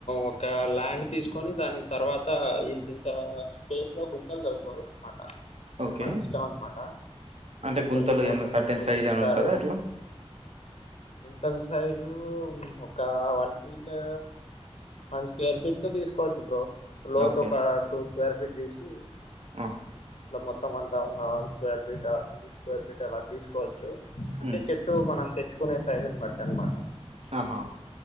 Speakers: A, on the left; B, on the right.
A: ఒక ల్యాండ్ తీసుకొని దాని తర్వాత, ఇంతింత స్పేస్ లో గుంతలు తోవుకోవాలనమాట. అంటే
B: ఓకే
A: మన ఇష్టం అనమాట
B: అంటే గుంతలు
A: ట్వంటీ ఫోర్
B: ఏమన్నా
A: ట్వంటీ
B: సర్టెన్
A: ఫోర్
B: సైజ్
A: తీస్తారు.
B: అని ఉంటదా అట్లా
A: మ్ తల సైజు ఒక వన్ ఫీట్ అంటే వన్ స్క్వేర్ ఫీట్ తో తీసుకోవచ్చు బ్రో లోతోక
B: ఓకే
A: టూ స్క్వేర్ <unintelligible> తీసి
B: ఆ
A: ఇట్లా మొత్తం అంతా వన్ స్క్వేర్ ఫీట్ తీసు స్క్వేర్ ఫీట్ అలా తీసుకోవచ్చు. అంటే
B: ఉమ్
A: చెట్టు మనం తెచ్చు కొనే సైజును బట్టి అనమాట
B: ఆహా